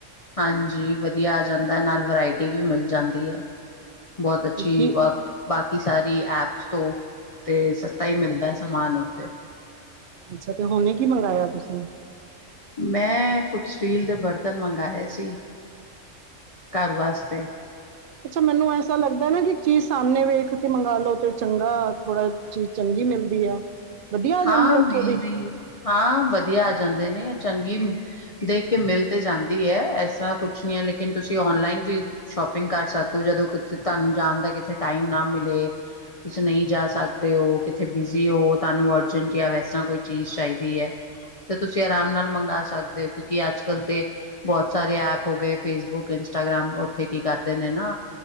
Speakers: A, on the left (about 55°); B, on the right (about 60°).
A: ਹਾਂਜੀ ਵਧੀਆ ਆ ਜਾਂਦਾ ਨਾਲ ਵਰਾਇਟੀ ਵੀ ਮਿਲ ਜਾਂਦੀ ਹੈ ਬਹੁਤ ਅੱਛੀ
B: ਤੇ ਕੀ
A: ਬਾਕੀ ਸਾਰੀ ਐਪਸ ਤੋਂ ਤੇ ਸਸਤਾ ਹੀ ਮਿਲਦਾ ਹੈ ਸਮਾਨ ਉਤੇ
B: ਅੱਛਾ ਤੇ ਹੁਣੇੇ ਕੀ ਮੰਗਾਇਆ ਤੁਸੀਂ
A: ਮੈਂ ਕੁਛ ਸਟੀਲ ਦੇ ਬਰਤਨ ਮੰਗਾਏ ਸੀ ਘਰ ਵਾਸਤੇ
B: ਅੱਛਾ, ਮੈਨੂੰ ਐਸਾ ਲੱਗਦਾ ਨਾ ਕਿ ਚੀਜ਼ ਸਾਹਮਣੇ ਵੇਖ ਕੇ ਮੰਗਾਲੋ ਤੇ ਚੰਗਾ ਥੋੜਾ ਚੀਜ਼ ਚੰਗੀ ਮਿਲਦੀ ਹੈ ਵਧੀਆ ਆ
A: ਹਾਂ
B: ਜਾਂਦੇ ਆ ਉੱਥੋਂ
A: ਮਿਲਦੀ
B: ਦੀ?
A: ਹਾਂ ਵਧੀਆ ਆ ਜਾਂਦੇ ਨੇ ਚੰਗੀ ਦੇਖ ਕੇ ਮਿਲ ਤੇ ਜਾਂਦੀ ਹੈ ਇਸ ਤਰ੍ਹਾਂ ਕੁਛ ਨੀ ਲੇਕਿਨ ਤੁਸੀਂ ਓਨਲਾਈਨ ਵੀ ਸ਼ੋਪਿੰਗ ਕਰ ਸਕਦੇ ਹੋ ਜਦੋਂ ਤੁਹਾਨੂੰ ਜਾਣ ਦਾ ਕਿਥੇ ਟਾਈਮ ਨਾ ਮਿਲੇ। ਤੁਸੀਂ ਨਹੀਂ ਜਾ ਸਕਦੇ ਹੋ ਕਿੱਥੇ ਬਿਜ਼ੀ ਹੋ ਤਾਨੂੰ ਅਜੰਟਆ ਵੈਸਾ ਕੋਈ ਚੀਜ਼ ਚਾਹੀਦੀ ਹੈ। ਤੇ ਤੁਸੀਂ ਆਰਾਮ ਨਾਲ ਮੰਗਵਾ ਸਕਦੇ ਹੋ ਕਿਉਂਕਿ ਅੱਜ-ਕਲ ਤੇ ਬਹੁਤ ਸਾਰੇ ਐਪ ਹੋ ਗਏ ਫੇਸਬੁੱਕ ਇੰਸਟਾਗ੍ਰਾਮ ਉਥੇ ਕੀ ਕਰਦੇ ਨੇ ਨਾ